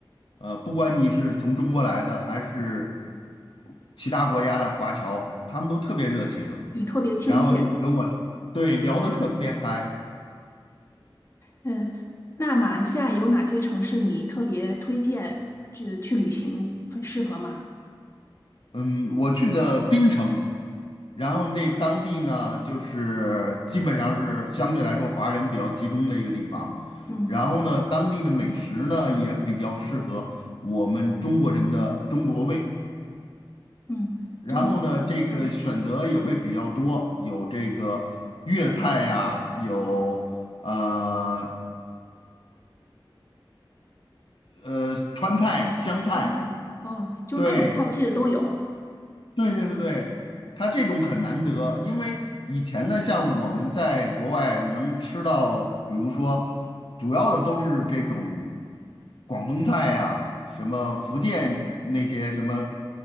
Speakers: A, on the left (about 75°); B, on the left (about 35°).
A: 呃，不管你是从中国来的还是其他国家的华侨，他们都特别热情，
B: 对，特别亲切，
A: 然后就跟我对聊得特别嗨。
B: 嗯，那马来西亚有哪些城市你特别推荐去去旅行，很适合吗？
A: 嗯，我去的槟城，然后那当地呢，就是基本上是相对来说华人比较集中的一个地方，
B: 嗯
A: 然后呢，当地的美食呢也比较适合我们中国人的中国胃，
B: 嗯，
A: 然后呢，
B: 真的，
A: 这个选择也会比较多，
B: 嗯，
A: 有这个粤菜呀，有呃呃川菜、湘菜，
B: 川菜哦，就是各种菜系的都有，
A: 对，对对对对，它这种很难得，因为以前呢，像我们在国外能吃到，比如说主要的都是这种广东菜呀、什么福建那些什么，